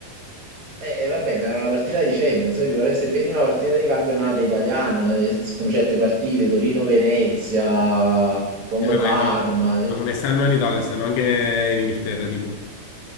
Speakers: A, on the right; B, on the left.
A: Eh, eh, vabbè, ma era una partita di Champions, eh, però se vedi una partita di campionato italiano, eh, con certe partite, Torino-Venezia, Como-Parma,
B: E va bene,
A: eh,
B: ma come stanno in Italia, stanno anche in Inghilterra, tipo.